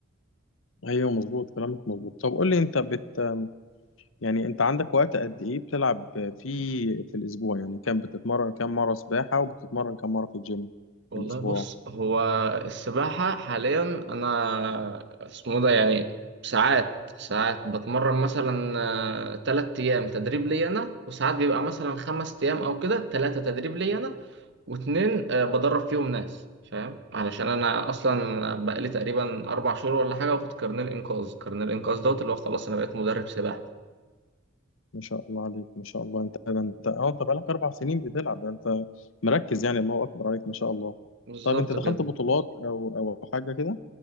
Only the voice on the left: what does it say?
ايوه مظبوط كلامك مظبوط طب قول لي انت بت يعني انت عندك وقت قد ايه بتلعب فيه في الاسبوع يعني كم بتتمرن كم مره سباحه وبتتمرن كم مره في الجيم
في الاسبوع
ما شاء الله عليك ما شاء الله انت ده انت اه انت بقالك اربع سنين بتلعب ده انت مركز يعني الله اكبر عليك ما شاء الله
طب انت دخلت
بطولات او او حاجه كده